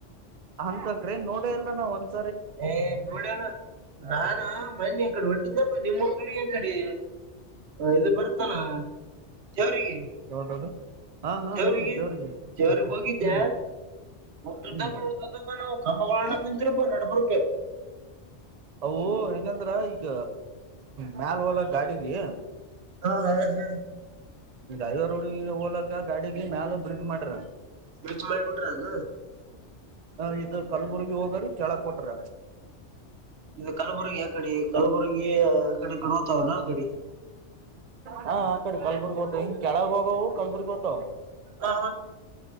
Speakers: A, on the right; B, on the right.
A: ಅಂತ ಟ್ರೈನ್ ನೋಡ ಇಲ್ಲ ನಾವ್ ಒಂದ್
B: ಏ ನೋಡಣ ನಾನ ಮನ್ನಿ ಈ ಕಡಿ ಹೊಂಟಿದ್ದ ನಿಮ್ಮ ಕಡೆ ಕಡೆ ಇದು ಬರ್ತಾನ ಜವರಿಗೆ
A: ಯಾವ್ದದು ಹಾ ಹಾ
B: ಜವರಿಗೆ
A: ಹಾ ದೇವ್ರಿಗೆ
B: ಜವಿಗೆ ಹೋಗಿದ್ದೆ
A: ಹ್ಮ್
B: ಉದ್ದದ್ದಾಗ
A: ಹ್ಮ್
B: ಉದ್ದದ್ದಾಗ ನಾವು ಗಂಬಲ ಕುಂತರಪ್ಪ ನಬ ಹ
A: ಅವು ಹೆಂಗಂದ್ರ ಈಗ ಮ್ಯಾಲ ಹೊಲಕ್ಕಗಾಡಿಗಿ
B: ಹಾ ಹಾ ಹಾ
A: ಈ ಡ್ರೈವರ್ ರೋಡ್ಗೆ ಹೋಲಕ್ಕ ಗಾಡಿಗೆ ಮ್ಯಾಲ ಬ್ರಿಜ್ ಮಾಡ್ರ
B: ಬ್ರಿಜ್ ಮಾಡ್ಬಿಟ್ರಾನ
A: ಹ ಇದು ಕಲ್ಬುರ್ಗಿ ಹೋಗರಿ ಕೆಳ ಕೊಟ್ರ
B: ಇದು ಕಲಬುರಗಿ ಕಡೆ ಕಲಬುರಗಿ ಕಡೆ ಕಾಣೋತಾವ ನ ಅ ಕಡೆ
A: ಹಾ ಆ ಕಡೆ ಕಲ್ಬುರ್ಗ ಓತ್ತು ಹಿಂಗ ಕೆಳಗ ಹೋಗವವು ಕಲಬುರ್ಗ ತವ
B: ಹ